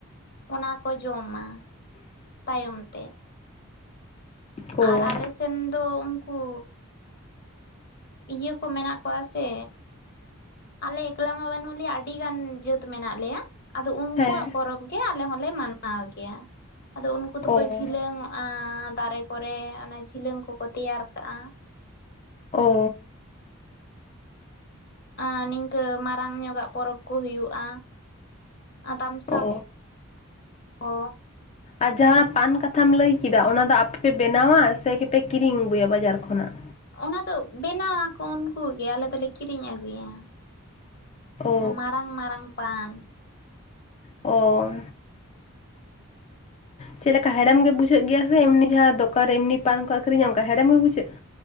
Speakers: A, on the left (about 45°); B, on the left (about 30°).
A: ᱚᱱᱟ ᱠᱚ ᱡᱚᱢᱟ ᱛᱟᱭᱚᱢ ᱛᱮ
B: ᱚ
A: ᱟᱨ ᱟᱞᱮ ᱥᱮᱱ ᱫᱚ ᱩᱝᱠᱩ ᱤᱭᱟᱹ ᱠᱚ ᱢᱮᱱᱟᱜ ᱠᱚᱣᱟ ᱥᱮ ᱟᱞᱮ ᱮᱠᱞᱟ ᱢᱟ ᱵᱟᱱᱩᱜ ᱞᱮᱭᱟ ᱟᱹᱰᱤ ᱜᱟᱱ ᱡᱟᱹᱛ ᱢᱮᱱᱟᱜ ᱞᱮᱭᱟ ᱟᱫᱚ ᱩᱱᱠᱩᱣᱟᱜ
B: ᱦᱮᱸ
A: ᱯᱚᱨᱚᱵᱽ, ᱜᱮ ᱟᱞᱮ ᱦᱚᱸᱞᱮ ᱢᱟᱱᱟᱣ ᱜᱮᱭᱟ ᱟᱫᱚ ᱩᱱᱠᱩ ᱫᱚᱠᱚ
B: ᱚ
A: ᱡᱷᱤ ᱡᱤᱞᱟᱹᱝ ᱚᱜ-ᱟ ᱫᱟᱨᱮ ᱠᱚ ᱨᱮ ᱚᱱᱟ ᱡᱤᱞᱟᱹᱝ ᱠᱚᱠᱚ ᱛᱮᱭᱟᱨ ᱠᱟᱜ-ᱟ
B: ᱚ
A: ᱟᱨ ᱱᱤᱝᱠᱟᱹ ᱢᱟᱨᱟᱝ ᱧᱚᱜᱟᱜ ᱯᱚᱨᱚᱵᱽ ᱠᱚ ᱦᱩᱭᱩᱜ-ᱟ ᱟ ᱛᱟᱢᱥᱟ
B: ᱚ
A: ᱠᱚ ᱠᱚ
B: ᱟᱨ ᱡᱟᱦᱟᱸ ᱯᱟᱱ ᱠᱟᱛᱷᱟᱢ ᱞᱟᱹᱭ ᱠᱮᱫᱟ ᱚᱱᱟ ᱫᱚ ᱟᱯᱮᱯᱮ ᱵᱮᱱᱟᱣᱟ ᱥᱮᱯᱮ ᱠᱤᱨᱤᱧ ᱟᱹᱜᱩᱭᱟ ᱵᱟᱡᱟᱨ ᱠᱷᱚᱱᱟᱜ
A: ᱚᱱᱟ ᱫᱚ ᱵᱮᱱᱟᱣ ᱟᱠᱚ ᱩᱱᱠᱩᱮ ᱟᱞᱮ ᱫᱚᱞᱮ ᱠᱤᱨᱤᱧ ᱟᱹᱜᱩᱭᱟ
B: ᱚ
A: ᱢᱟᱨᱟᱝ ᱢᱟᱨᱟᱝ ᱯᱟᱱ
B: ᱚ ᱪᱮᱫ ᱞᱮᱠᱟ ᱦᱮᱲᱮᱢ ᱜᱮ ᱵᱡᱷᱟᱹᱜ ᱜᱮᱭᱟ ᱥᱮ ᱮᱢᱱᱤ ᱡᱟᱦᱟᱸ ᱫᱚᱠᱟᱱ ᱨᱮ ᱮᱢᱱᱤ ᱯᱟᱱ ᱠᱚ ᱟᱹᱨᱤᱧᱟ ᱚᱝᱠᱟ ᱦᱮᱨᱮᱢ ᱜᱮ ᱵᱩᱡᱷᱟᱹᱜ-ᱟ